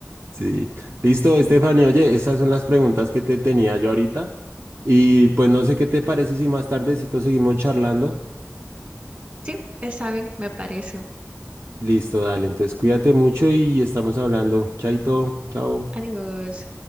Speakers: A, on the right; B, on the right.
A: Sí. Listo, Estefany. Oye, esas son las preguntas que te tenía yo ahorita. Y pues no sé qué te parece si más tardecito seguimos charlando.
B: sí, está bien, me parece.
A: Listo, dale. Entonces cuídate mucho y estamos hablando. Chaito, chao.
B: Adiós.